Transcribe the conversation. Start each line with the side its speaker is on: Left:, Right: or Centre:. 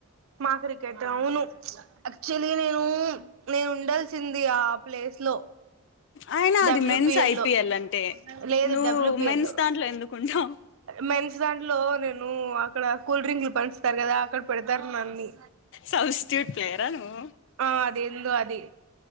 Right: మాదురికెట అవును యాక్చువలీ నేను నేను ఉండాల్సింది ఆ ప్లేస్ లో
Left: అయినా అది
Right: డబ్ల్యూపిఎల్లో
Left: మెన్స్ ఐపిఎల్ అంటే
Right: లేదు
Left: నువ్వు
Right: డబ్ల్యూపిఎల్లో
Left: మెన్స్ దాంట్లో ఎందుకుంటావు
Right: మెన్స్ దాంట్లో నేను అక్కడ కూల్ డ్రింకులు పంచుతారు కదా అక్కడ పెడతారు నన్ని
Left: సబ్స్టిట్యూట్ ప్లేయరా నువ్వు
Right: ఆ అదెందో అది